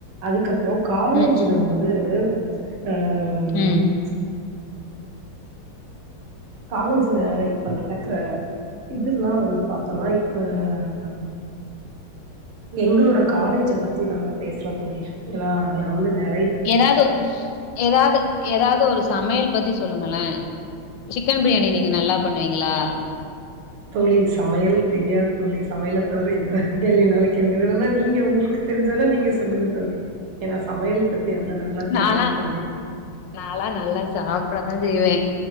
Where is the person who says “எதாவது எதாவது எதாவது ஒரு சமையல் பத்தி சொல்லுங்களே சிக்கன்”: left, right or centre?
Left